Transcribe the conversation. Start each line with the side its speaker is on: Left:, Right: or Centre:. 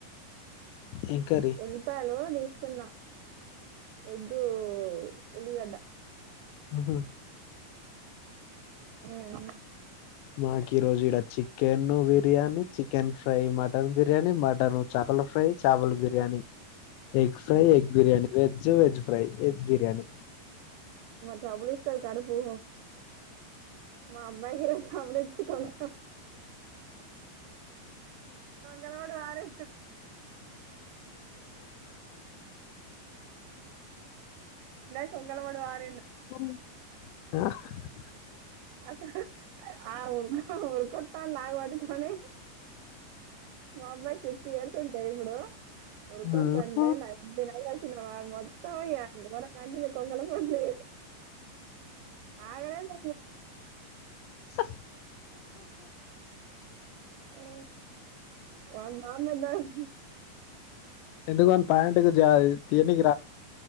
Left: ఏం కర్రీ
Right: ఎల్లిపయలు తీస్ తున్నా ఎగ్గు ఉలిగడ్డ
Left: ఉమ్
Right: ఉమ్
Left: మాక్ ఈ రోజు ఇడ chicken biryani chicken fry mutton biryani mutton చాపల్ ఫ్రై చాపల్ biryani eggs fry egg biryani veg <unintelligible> veg fry veg biryani
Right: మత్ <unintelligible> మా అబ్బాయి <unintelligible> సండే చికెన్ మంగలోడు ఆడే పంగమ <unintelligible>
Left: <unintelligible>
Right: అస ఆ ఉ ఊర్కతా నాగ పట్కోనే మా అబ్బాయికి సిక్స్ ఇయర్స్ ఉంటాయి ఇప్పుడు ఉఊరుకు
Left: ఉహు.
Right: చండే న న అచ్చిన మొత్తం మ కంటింది కొంగల పండి ఆగాలే <unintelligible>
Left: స
Right: మా వాళ్ళ నాన్న <unintelligible>
Left: ఎందుకు అంతా ప్యాంట్ జారి కిందకి రా